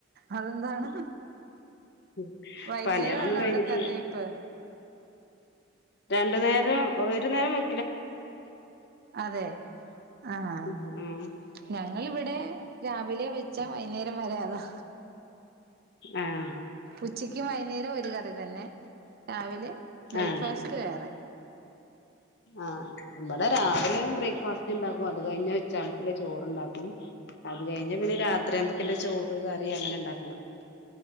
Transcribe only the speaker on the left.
ഉ
പണികളൊന്നും കഴിഞ്ഞിട്ടില്ല
രണ്ടു നേരം ഒരു നേരം വെ
ഉം ഉം
ആഹ്
ആഹ്
ആഹ് ഇവിടെ രാവിലെ ബ്രേക്ക്ഫാസ്റ്റ് ഉണ്ടാക്കും അത് കഴിഞ്ഞാ ഉച്ച ആകുമ്പലെ ചോറുണ്ടാക്കും അത് കഴിഞ്ഞാ പിന്നെ രാത്രി ആകുമ്പെക്കെല്ലാം ചോറും കറി അങ്ങനെ ഉണ്ടാക്കണം